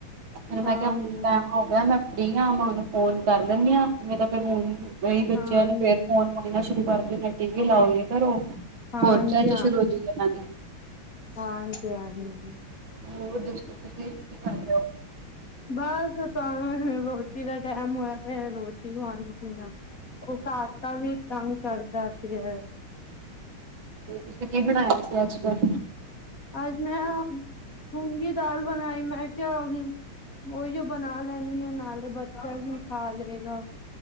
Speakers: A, on the right; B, on the left.
A: ਫੇਰ ਮੈਂ
B: ਹਾਂਜੀ
A: ਕਿਹਾ ਹੁਣ ਟਾਈਮ ਹੋ ਗਿਆ ਮੈਂ ਫਰੀ ਹਾਂ ਮੈਂ ਹੁਣ ਫੋਨ ਕਰ ਲੈਂਦੀ ਹਾਂ ਨਹੀਂ ਤਾਂ ਫਿਰ ਹੁਣ ਬਈ ਬੱਚਿਆਂ
B: ਹਾਂਜੀ
A: ਨੇ ਫੇਰ ਫੋਨ ਮੰਗਣਾ ਸ਼ੁਰੂ ਕਰ ਦੇਣੈ ਟੀ ਵੀ ਲਾਓ ਯੇ ਕਰੋ
B: ਹਾਂਜੀ
A: ਹੋਰ ਚਰਚ ਸ਼ੁਰੂ ਹੋ ਜਾਏਗੀ ਇਹਨਾਂ ਦੀ
B: ਹਾਂ ਜੀ ਹਾਂਜੀ ਜੀ
A: ਹੋਰ ਦੱਸੋ ਤੁਸੀਂ ਕੀ ਕਰ ਰਹੇ ਹੋ
B: ਬਸ ਤੁਹਾਨੂੰ ਹ ਰੋਟੀ ਦਾ ਟੈਮ ਹੋਇਆ ਪਿਆ ਰੋਟੀ ਖਵਾਦੀਂ ਪਈ ਆ ਉਹ ਕਾਕਾ ਵੀ ਤੰਗ ਕਰਦਾ ਪਿਐ
A: ਤੁਸੀਂ ਕੀ ਬਣਾਇਆ ਸੀ। ਅੱਜ ਫੇਰ?
B: ਅੱਜ ਮੈਂ ਮੂੰਗੀ ਦਾਲ ਬਣਾਈ। ਮੈਂ ਕਿਆ ਹ ਉਹੀਓ ਬਣਾ ਲੈਂਦੀ ਹਾ, ਨਾਲੇ ਬੱਚਾ ਵੀ ਖਾ ਲਏਗਾ।